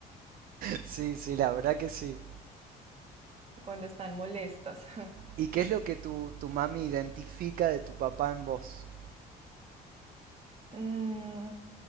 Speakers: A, on the right; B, on the right.
A: Sí, sí, la verdad que sí.
B: Cuando están molestas. <laughs>
A: ¿Y qué es lo que tu, tu mami identifica de tu papá en vos?
B: Mm,